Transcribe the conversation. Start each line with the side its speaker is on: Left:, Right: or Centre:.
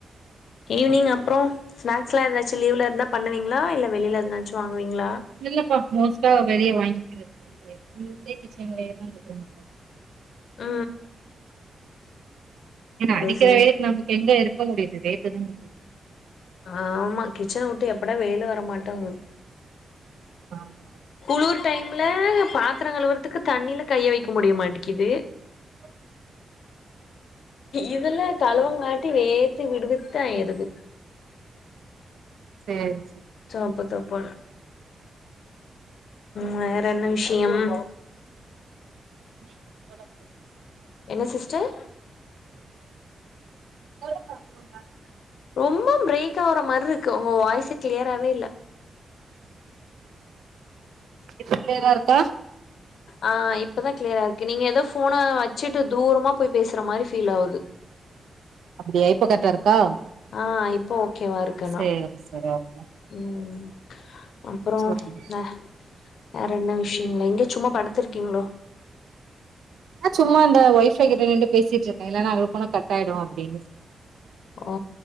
Left: ஈவ்னிங் அப்றோ ஸ்னாக்ஸ்லா எதாச்சு லீவ்ல இருந்தா பண்ணுவீங்ளா இல்ல வெளில எதனாச்சு வாங்குவீங்ளா
Right: இல்லப்பா மோஸ்ட்டா வெளிய வாங்கிகுறது <inaudible> ஃபுல் டே கிச்சன்லயேதா இருக்குறமார்
Left: ஆ
Right: இந்த அடிக்கிற
Left: சேரி
Right: வெயில்க்கு நமக்கு எங்க இருக்க முடியுது வேத்துதா ஊத்து
Left: ஆமா கிச்சன வுட்டு எப்படா வெளில வரமாட்டோங்குது
Right: ஆமா
Left: குளுர் டைம்ல பாத்தர கழுவுறதுக்கு தண்ணில கைய வைக்க முடியமாட்டிக்கிது
Right: <inaudible>
Left: இதுல்ல கழுவங்காட்டி வேத்து விடுவிற்து ஆயிறுது
Right: சேரி சரி
Left: சாப்ப தா போற வேற என்ன விஷயம் <unintelligible>
Right: ம் சொல்லுங்க சொல்
Left: என்ன சிஸ்டர்
Right: சொல்லுங்க அப்றோ வேற என்ன
Left: ரொம்ப பிரேக் ஆவுற மாரி இருக்கு உங்க வாய்ஸு கிளியராவே இல்ல
Right: இப்ப கிளியரா இருக்கா
Left: ஆ இப்பதா க்ளியரா இருக்கு நீங்க எதோ ஃபோன வச்சுட்டு தூரமா போய் பேசுற மாரி ஃபீல் ஆவுது
Right: அப்டியா இப்ப கரெக்ட்டா இருக்கா
Left: ஆ இப்போ ஓகேவா இருக் க்கனா
Right: சேரி சேரி ஓகே
Left: ம் அப்புறோ
Right: சொல்லுங்க
Left: என்ன வேற என்ன விஷயங்களே எங்க சும்மா படுத்திருக்கீங்ளோ
Right: அ சும்மா இந்த ஒய் ஃபை கிட்ட நின்டு பேசிட்டு இருக்கே இல்லன்னா அங்க போன கட் ஆயிடு அப்டின்னு
Left: ஓ